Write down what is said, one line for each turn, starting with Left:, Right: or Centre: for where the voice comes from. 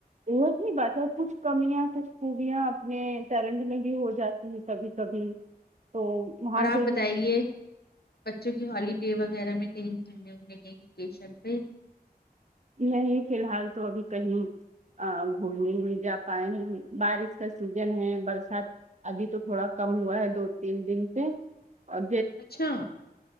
Right: وہ اتنی بات ہے کچھ کمی ہے کچھ خوبیاں اپنے- پیرنٹ میں بھی ہو جاتی ہے تبھی تو ابھی تو وہاں
Left: اور اپ
Right: سے
Left: بتائیے-
Right: بھی
Left: بچوں کی خالی ٹیبل وغیرہ میں کہیں-
Right: نہیں فی الحال تو ابھی کہیں گھومنے میں جا پائے ہیں بارش کا سوجن ہیں برسات- علی تو تھوڑا کم ہوا ہے دو تین دن سے اور
Left: اچھا